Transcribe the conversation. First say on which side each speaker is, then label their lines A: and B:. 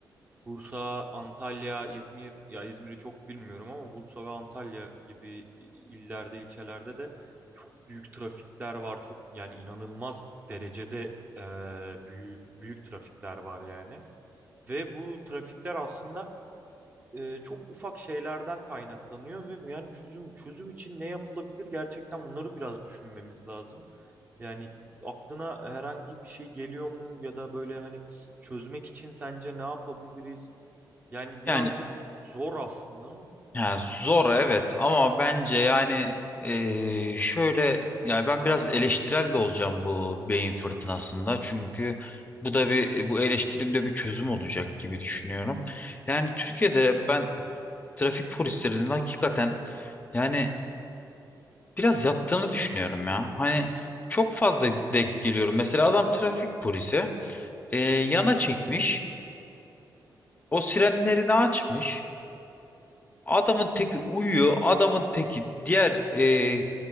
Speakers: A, on the right (about 20°); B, on the left (about 20°).
A: Bursa, Antalya, İzmir ya İzmir'i çok bilmiyorum ama Bursa ve Antalya gibi illerde, ilçelerde de çok büyük trafikler var. Çok yani inanılmaz derecede e, büyük büyük trafikler var yani. Ve bu trafikler aslında e, çok ufak şeylerden kaynaklanıyor ve yani çözüm çözüm için ne yapılabilir gerçekten bunları biraz düşünmemiz lazım. Yani aklına herhangi bir şey geliyor mu ya da böyle hani çözmek için sence ne yapabiliriz? Yani birazcık
B: Yani
A: zor aslında ama.
B: Ya zor evet ama bence yani eee, şöyle yani ben biraz eleştirel de olacağım bu beyin fırtınasında çünkü bu da bir bu eleştirimde bir çözüm olacak gibi düşünüyorum. Yani Türkiye'de ben trafik polislerinin hakikaten yani biraz yattığını düşünüyorum ya. Hani çok fazla denk geliyorum. Mesela adam trafik polisi eee, yana çekmiş, o sirenlerini açmış. Adamın teki uyuyor. Adamın teki diğer e,